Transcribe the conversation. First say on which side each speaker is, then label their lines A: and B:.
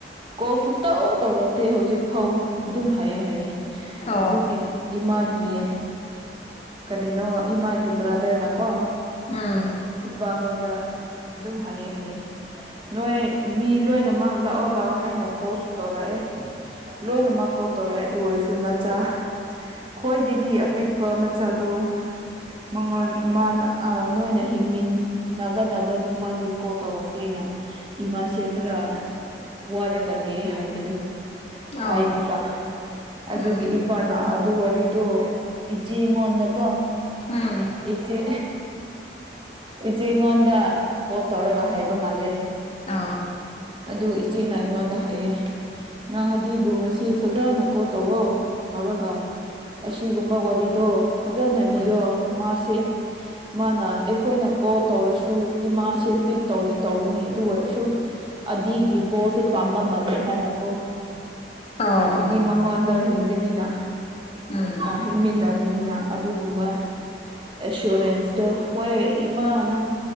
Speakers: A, on the right; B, on the left.
A: ꯀꯣꯜ ꯁꯨꯛꯇꯧ ꯇꯧꯔꯛꯇꯦ ꯍꯧꯖꯤꯛ ꯐꯥꯎ ꯑꯗꯨ ꯍꯥꯏꯌꯦ ꯍꯥꯏꯌꯦ
B: ꯑꯣ
A: ꯑꯗꯨꯒꯤ ꯏꯃꯥꯒꯤ ꯀꯔꯤꯅꯣ ꯏꯃꯒꯤ ꯏꯕ꯭ꯔꯥꯗꯔꯅ ꯀꯣ
B: ꯎꯝ
A: ꯏꯄꯉꯣꯟꯗ ꯑꯗꯨꯝ ꯍꯩꯌꯦ ꯍꯩꯌꯦ ꯅꯣꯏ ꯃꯤ ꯂꯣꯏꯅꯃꯛ ꯂꯥꯛꯑꯣ ꯂꯥꯛꯑꯣ ꯍꯥꯏꯅ ꯀꯣꯜꯁꯨ ꯇꯧꯔꯛꯑꯦ ꯂꯣꯏꯅꯃꯛ ꯀꯣ ꯇꯧꯔꯛꯦ ꯑꯗꯨ ꯑꯣꯏꯔꯁꯨ ꯅꯆꯥ ꯈ꯭ꯣꯏꯗꯒꯤ ꯑꯄꯤꯛ ꯄꯥ ꯃꯆꯥꯗꯨ ꯃꯉꯣꯟ ꯃꯥꯅ ꯑ ꯅꯣꯏꯅ ꯍꯤꯡꯃꯤꯟꯅꯒꯗꯕ ꯅꯨꯄꯥꯗꯤ ꯀꯣ ꯇꯧꯔꯛꯇꯦꯅ ꯗ ꯏꯃꯥꯁꯦ ꯈꯔ ꯋꯥꯔꯒꯅꯦ ꯍꯥꯏꯕꯗꯣ ꯍꯥꯏꯕꯤꯕ
B: ꯑꯣ
A: ꯑꯗꯨꯒꯤ
B: ꯎꯝ
A: ꯏꯄꯥꯅ ꯑꯗꯨ ꯋꯥꯔꯤꯗꯣ ꯏꯆꯦ ꯉꯣꯟꯗꯀꯣ
B: ꯎꯝ
A: ꯏꯆꯦ ꯏꯆꯦ ꯉꯣꯟꯗ ꯀꯣꯜ ꯇꯧꯔꯒ ꯍꯥꯏꯕ ꯃꯥꯜꯂꯦ
B: ꯑꯣ
A: ꯑꯗꯨ ꯏꯆꯦꯅ ꯑꯩꯉꯣꯟꯗ ꯍꯥꯏꯌꯦ ꯅꯪ ꯑꯗꯤꯕꯨ ꯉꯁꯤ ꯐꯖꯅ ꯀꯣꯜ ꯇꯧꯑꯣ ꯇꯧꯔꯒ ꯑꯁꯤꯒꯨꯝꯕ ꯑꯣꯠ ꯔꯤꯗꯣ ꯐꯖꯅ ꯂꯤꯌꯣ
B: ꯎꯝ
A: ꯃꯥꯁꯦ ꯃꯥꯅ ꯑꯩꯈꯣꯏꯅ ꯀꯣꯜ ꯇꯧꯔꯁꯨ ꯏꯃꯥꯁꯦ ꯄꯤꯛ ꯇꯧꯗꯤ ꯇꯧꯅꯤ ꯑꯗꯨ ꯑꯣꯏꯔꯁꯨ ꯑꯗꯤꯒꯤ ꯀꯣꯜꯁꯦ ꯄꯥꯝꯗꯤ ꯄꯥꯝꯕ ꯃꯜꯂꯦ ꯍꯥꯏꯅ ꯀꯣ
B: ꯑꯣ ꯑꯣ
A: ꯍꯥꯏꯕꯗꯤ ꯃꯉꯣꯟꯗ ꯍꯤꯡꯒꯅꯤꯅ
B: ꯎꯝ
A: ꯑ ꯍꯤꯡꯃꯤꯟꯅ ꯒꯥꯅꯤꯅ ꯑꯗꯨꯒꯨꯝꯕ ꯑꯦꯁꯨꯔꯦꯟꯁꯇꯨ ꯍꯣꯏ ꯏꯃꯥ ꯅꯪ